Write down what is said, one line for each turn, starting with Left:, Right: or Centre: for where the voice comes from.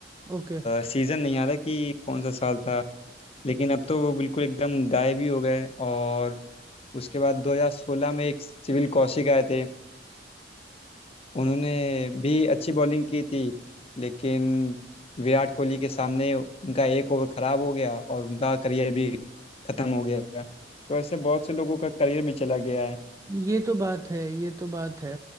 Right: ओके
Left: सीजन नहीं याद है कि कौन सा साल था लेकिन अब तो वो बिल्कुल एकदम गायब ही हो गए और उसके बाद 2016 में एक सिविल कौशिक आए थे उन्होंने भी अच्छी बॉलिंग की थी लेकिन विराट कोहली के सामने उनका एक ओवर खराब हो गया और उनका करियर भी खत्म हो गया तो ऐसे बहुत से लोगों का करियर भी चला गया है
Right: ये तो बात है ये तो बात है